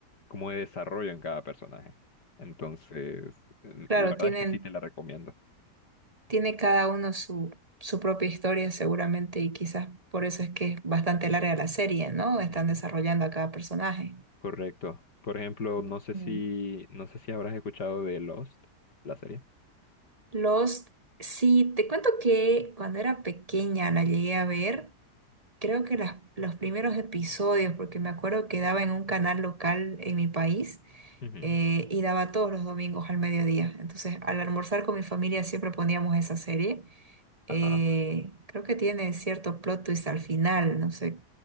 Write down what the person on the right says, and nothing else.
Claro,
tienen
Tiene cada uno su, su propia historia seguramente y quizás por eso es que es bastante larga la serie, ¿no?
Están desarrollando a cada personaje.
Ujú.
Los, sí, te cuento que cuando era pequeña la llegué a ver, creo que las- los primeros episodios, porque me acuerdo que daba en un canal local en mi país
eh, y daba todos los domingos al mediodía. Entonces, al almorzar con mi familia siempre poníamos esa serie.
Eh, creo que tiene cierto plot twist al final, no sé.